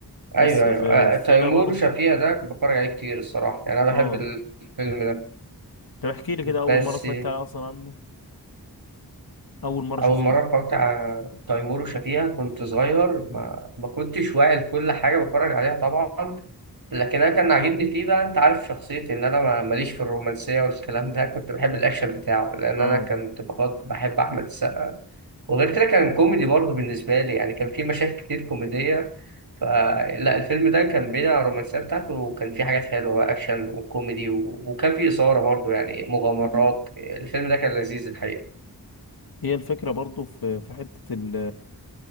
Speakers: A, on the left; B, on the right.
A: بس
B: أيوه
A: ف...
B: أيوه آه،
A: فانا
B: تيمور
A: برضه
B: وشفيقة ده بتفرج عليه كتير الصراحة يعني أنا
A: اه
B: بحب الفيلم ده
A: طب احكي لي كده اول
B: بس
A: مره اتفرجت عليه اصلا عنه اول مره
B: أول
A: شفته
B: مرة اتفرجت على تيمور وشفيقة كنت صغير ما, ما كنتش واعي لكل حاجة بتفرج عليها طبعا لكن أنا كان عاجبني فيه بقى أنت عارف شخصيتي إن أنا ما- ماليش في الرومانسية والكلام ده كنت بحب الأكشن بتاعه لأن
A: اه
B: أنا كنت بخاط- بحب أحمد السقا وغير كده كان كوميدي برضه بالنسبة لي يعني كان فيه مشاهد كتير كوميدية فلا الفيلم ده كان بين الرومانسية بتاعته وكان فيه حاجات حلوة أكشن وكوميدي و... وكان فيه إثارة برضه يعني مغامرات الفيلم ده كان لذيذ الحقيقة
A: هي الفكره برضه في في حته ال...